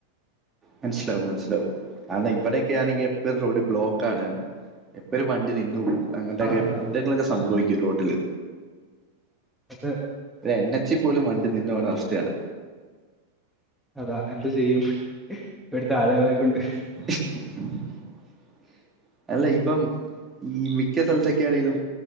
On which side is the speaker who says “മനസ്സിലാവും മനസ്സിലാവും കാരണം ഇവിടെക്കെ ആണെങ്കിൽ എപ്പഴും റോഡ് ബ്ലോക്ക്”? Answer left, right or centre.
Right